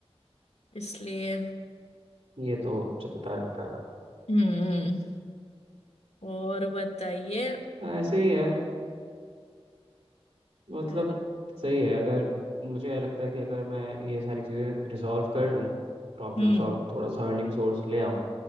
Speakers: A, on the left; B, on the right.
A: इसलिए
B: ये तो चलता रहता
A: हम्म और बताइए
B: है ऐसे ही है मतलब
A: और
B: सही है अगर मुझे ये लगता है कि अगर मैं ये सारी चीज़ें रिजॉल्व कर लूँ प्रॉब्लम्स
A: हम्म
B: और थोड़ा सा अर्निंग सोर्स ले आऊँ